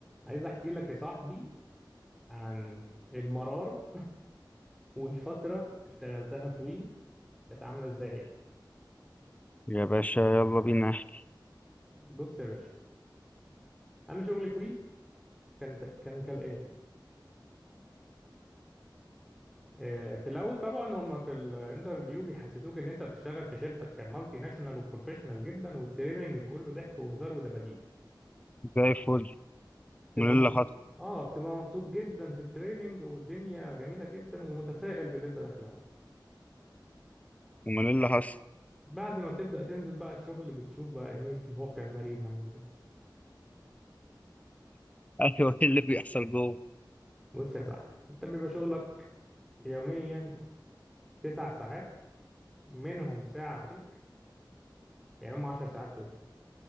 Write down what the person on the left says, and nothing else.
يا باشا يلا بينا احكي
زي الفل
امال إيه اللي
حصل
امال إيه اللي حصل
<laughs> ايوه ايه اللي بيحصل جوه